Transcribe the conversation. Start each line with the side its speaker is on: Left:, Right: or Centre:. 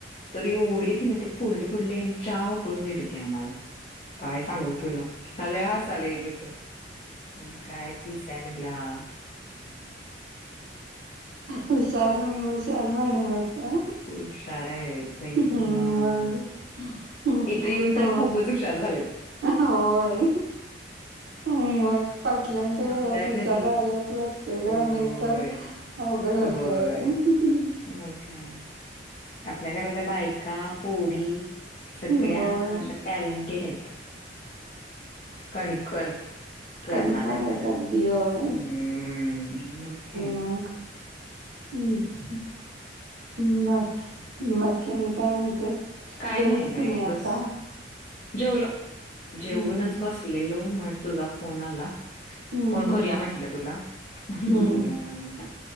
Left: तर एवढे तिन ते फोडले, फोडले आणि चहा उकळून देत होती आम्हाला. काय सांगू तुला, मला लय हसायला येतं होत. म्हटलं, काय पीस आहे म्हंटलं हा.
Right: हुशार, हुशार मॅडम आहेत. त्या.
Left: होशार आहेत बाई म.
Right: हम्म मग हम्म,
Left: इथं येऊन तर
Right: होय
Left: खूपच हुशार झालेत.
Right: होय, मग पाटलांच्या घरात
Left: आपल्या घरी
Right: हुशारा आलाच लग ते
Left: होय
Right: ग नाही तर अवघड होतेे.
Left: होय. मग काय. आपल्या घरातल्या बायका पोरी सगळ्या
Right: होय,
Left: अशा टॅलेंटेड आहेत. कणखर. करणाऱ्या
Right: कनखर आहेत
Left: सगळं
Right: अगदी होय
Left: हम्म मग काय
Right: मग. हम्म् बाकी बाकी आणि काय म्हणतेस?
Left: काय
Right: जेवलीस
Left: नाही बाय
Right: की आता?
Left: बस जेवलो जेवुनच
Right: हं, हं.
Left: बसलेलो. मग तुझा फोन आला,
Right: हं,
Left: फोन
Right: हं,
Left: करूया
Right: हं.
Left: म्हंटलं तुला.
Right: हं,
Left: फोन आला म्हणा